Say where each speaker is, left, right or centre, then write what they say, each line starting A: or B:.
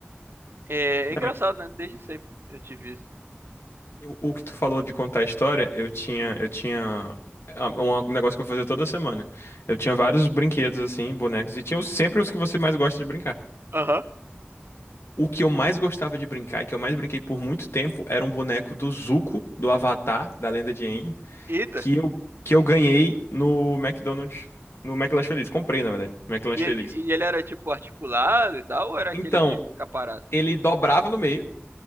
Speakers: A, on the right (about 60°); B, on the left (about 75°).
A: É,
B: Não,
A: é engraçado, né? Desde sempre eu tive isso.
B: e o, o que tu falou de contar a história, eu tinha, eu tinha ah, um um negócio que eu fazia toda semana. Eu tinha vários brinquedos assim, bonecos, e tinha os- sempre os que você mais gosta de brincar.
A: Aham.
B: O que eu mais gostava de brincar, e que eu mais brinquei por muito tempo, era um boneco do Zuko, do Avatar, da Lenda de Aang.
A: Eita.
B: que eu, que eu ganhei no McDonald's, no McLanche Feliz. Comprei, na verdade, McLanche
A: E
B: Feliz.
A: ele, e ele era tipo articulado e tal, ou era aquele
B: Então,
A: de ficar parado?
B: ele dobrava no meio.